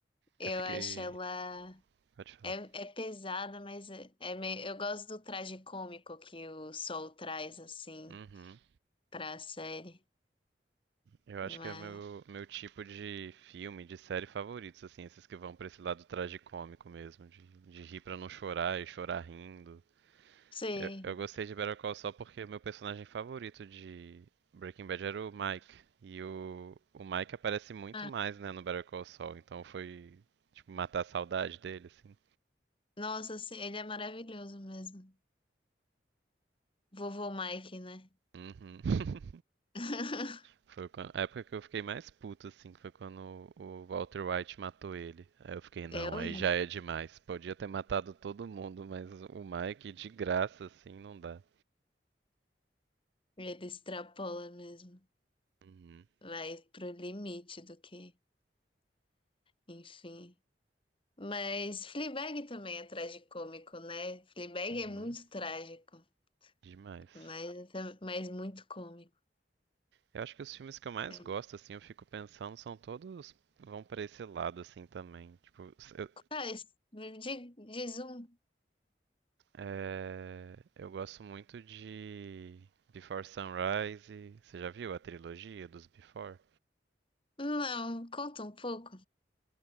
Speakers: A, on the left; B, on the right.
A: Eu
B: Eu fiquei.
A: acho ela.
B: Pode falar.
A: É, é pesada, mas é, é meio... eu gosto do traje cômico que o Saul traz, assim,
B: Uhum.
A: pra série.
B: Eu
A: Mas.
B: acho que é o meu, meu tipo de filme, de série favoritos, assim, esses que vão pra esse lado tragicômico mesmo, de, de rir pra não chorar e chorar rindo.
A: Sim.
B: Eu, eu gostei de Better Call Saul porque meu personagem favorito de Breaking Bad era o Mike. E o, o Mike aparece muito
A: Ah,
B: mais, né, no Better Call Saul, então foi, tipo, matar a saudade dele, assim.
A: nossa, sim, ele é maravilhoso mesmo. Vovô Mike, né?
B: Uhum. <laughs>
A: <laughs>
B: Foi quan- a época que eu fiquei mais puto, assim, que foi quando o o Walter White matou ele. Aí eu fiquei, não,
A: É horrível.
B: aí já é demais. Podia ter matado todo mundo, mas o Mike, de graça, assim, não dá.
A: Ele extrapola mesmo.
B: Uhum.
A: Vai pro limite do que. Enfim. Mas Fleabag também é tragicômico, né? Fleabag
B: Uhum.
A: é muito trágico,
B: Demais.
A: mas, mas muito cômico.
B: Eu acho que os filmes que eu mais
A: É.
B: gosto, assim, eu fico pensando, são todos vão pra esse lado, assim, também. Tipo, s- eu,
A: Tá, es- di- diz um.
B: é, eu gosto muito de Before Sunrise. Você já viu a trilogia dos Before?
A: Não, conta um pouco.